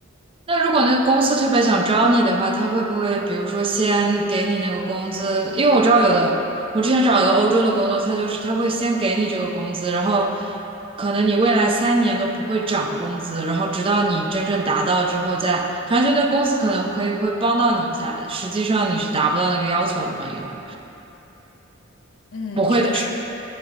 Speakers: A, on the right; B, on the left.
A: 那如果那个公司特别想招你的话，他会不会比如说先给你那个工资？因为我知道有的，我之前找一个欧洲的工作，他就是他会先给你这个工资，然后可能你未来三年都不会涨工资，然后直到你真正达到之后再，反正就那公司可能可以会帮到你一下，实际上你是达不到那个要求的嘛，因为
B: 嗯，
A: 不会的事
B: 确实。